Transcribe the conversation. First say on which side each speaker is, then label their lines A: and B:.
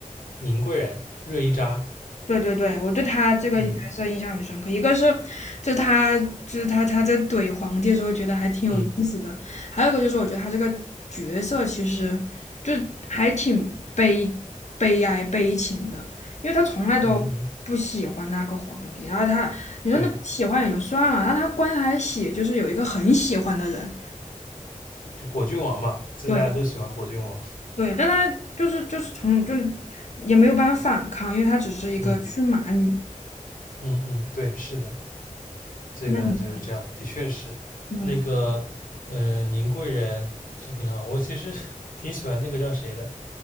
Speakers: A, on the left; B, on the left.
A: 宁贵人、热依扎，
B: 对对对，我对他这个角色印象很深刻。
A: 嗯
B: 一个是，就他就是他他在怼皇帝的时候，觉得还挺有意思的；
A: 嗯
B: 还有一个就是，我觉得他这个角色其实就还挺悲悲哀悲情的，因为他从来都不喜欢那个皇帝，
A: 嗯嗯，
B: 然后他你说那不喜欢也就算了，
A: 对，
B: 然后他关键还喜就是有一个很喜欢的人，
A: 就果郡王嘛，这大家都喜欢果郡王，
B: 对，对，但她就是就是从就也没有办法反抗，因为她只是一个驯马女。
A: 嗯嗯嗯，对，是的，这个就是这样，
B: 那你
A: 的确是，
B: 嗯，
A: 那个呃，宁贵人是挺好，我其实 <laughs> 挺喜欢那个叫谁的，